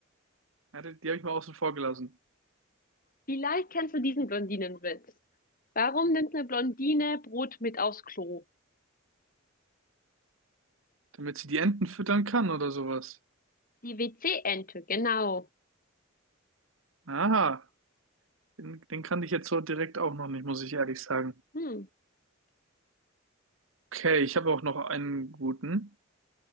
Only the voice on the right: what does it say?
Ja, die die habe ich mal außen vor gelassen.
Damit sie die Enten füttern kann oder sowas.
Aha, den, den kannte ich jetzt so direkt auch noch nicht, muss ich ehrlich sagen.
Okay, ich habe auch noch einen guten.